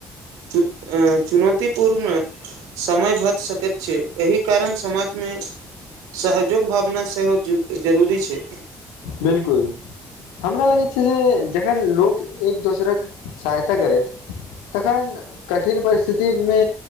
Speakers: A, on the right (about 80°); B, on the left (about 80°).
A: चुन ऐं चुनौतीपूर्ण समय भऽ सकैत छै एहि कारण समाजमे सहजोग भावना सेहो ज जरूरी छै
B: बिलकुल हमरा लगै छै जे जखन लोक एक दोसरक सहायता करएथ तखन कठिन परिस्थितिमे